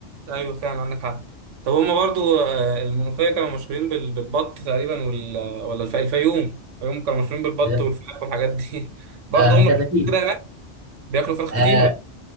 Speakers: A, on the right; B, on the right.
A: ايوه فعلا عندك حق طب هما برضو آه، المنوفيه كانوا مشهورين بال- بالبط تقريبا وال... ولا الف... الفيوم الفيوم كانوا مشهورين بالبط
B: في الآخر.
A: والفراخ والحاجات دي <laughs> برضو
B: آه
A: هم
B: كتاكيل
A: كده هناك بياكلوا فراخ
B: آه
A: كتير ولا